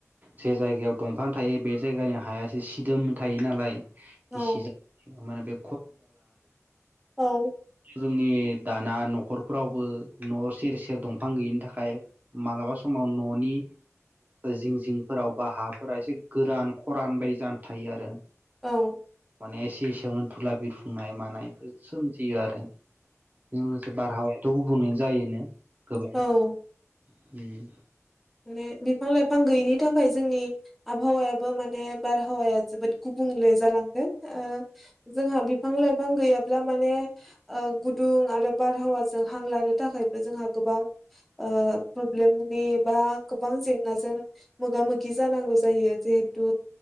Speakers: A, on the right; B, in the centre.
A: जे जायगायाव दंफां थायो बे जायगानि हायासो सिदोम थायो नालाय
B: औ
A: गिसि जा बे
B: औ
A: जोंनि दाना न'खरफोरावबो न' सेर सेर दंफां गैयिनि थाखाय मालाबा समाव न'नि जिं जिंफोराव बा हाफोरा एसे गोरान खरान बायदि जानानै थायो आरो
B: औ
A: माने एसे एसेयावनो धुला बिरफुंनाय मानाय बेफोर सोमजियो आरो बेजों लोगोसे बारहावायाथ' गुबुंले जायोनो। गोबां
B: औ
A: उम
B: माने लाइफां बिफां गैयिनि थाखाय जोंनि आबहावायाबो माने बारहावाया जोबोद गुबुंले जालांदों ओ जोंहा बिफां लाइफां गैयाब्ला माने गुदुं आरो बारहावाजों हां लानो थाखायबो जों गोबां ओ प्रब्लेमनि बा गोबां जेंनाजों मोगा-मोगि जानांगौ जायो जिहेथु